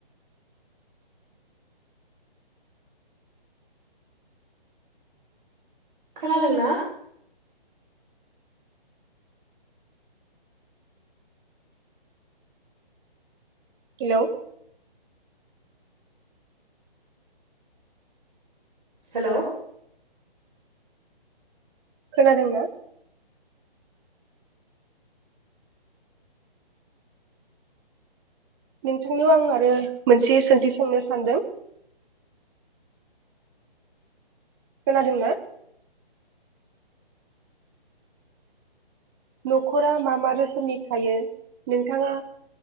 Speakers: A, on the right; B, on the right.
A: खोनादों ना?
B: हेल'।
A: हेल'।
B: खोनादोंना? नोंथांनाव आं आरो मोनसे सोंथि सोंनो सानदों। खोनादोंना? न'खरा मा मा रोखोमनि थायो नोंथाङा